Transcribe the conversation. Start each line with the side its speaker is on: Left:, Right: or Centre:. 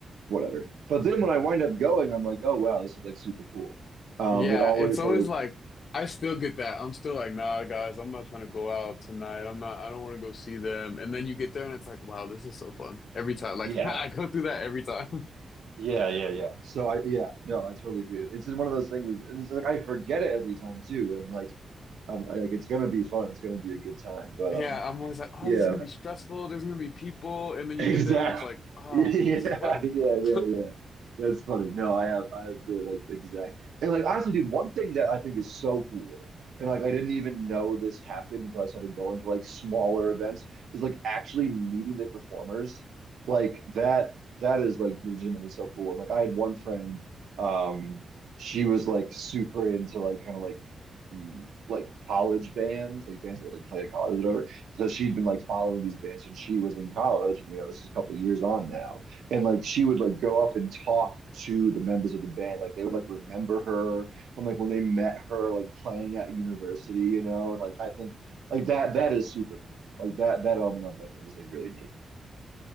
Right: whatever. But then when I wind up going, I'm like, oh wow, this is like super cool. Um,
Left: Yeah,
Right: it always
Left: it's always
Right: like,
Left: like I still get that. I'm still like, "Nah, guys, I'm not trying to go out tonight. I'm not I don't want to go see them." And then you get there and it's like, "Wow, this is so fun." Every time like
Right: yeah,
Left: <laughs> I go through that every time.
Right: yeah, yeah, yeah. So I, yeah, no, I totally agree. It's one of those things, and it's like I forget it every time too, and like, um, I- like it's gonna be fun, it's gonna be a good time, but
Left: yeah,
Right: um,
Left: I'm always like, oh,
Right: yeah,
Left: this is gonna be stressful. There's gonna be people,
Right: <laughs>
Left: and then
Right: exactly.
Left: you get there, and it's like,
Right: <laughs>
Left: oh,
Right: Yeah,
Left: this is fun.
Right: yeah, yeah,
Left: <laughs>
Right: yeah. That's funny. No, I have I have the like exact and like honestly, dude, one thing that I think is so cool, and like I didn't even know this happened until I started going to like smaller events, is like actually meeting the performers. Like that that is like legitimately so cool. Like I had one friend, um, she was like super into like kind of like mm, like college bands, like bands that would like play at college or whatever. So she'd been like following these bands and she was in college, and you know, this is a couple years on now and like she would like go up and talk to the members of the band like they would like remember her from like when they met her like playing at university you know and like i think like that that is super cool like that that element of it i think is like really neat